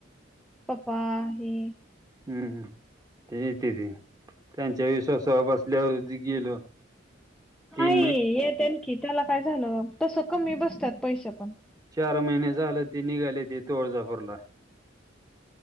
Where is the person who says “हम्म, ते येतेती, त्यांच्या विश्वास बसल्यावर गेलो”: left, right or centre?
Right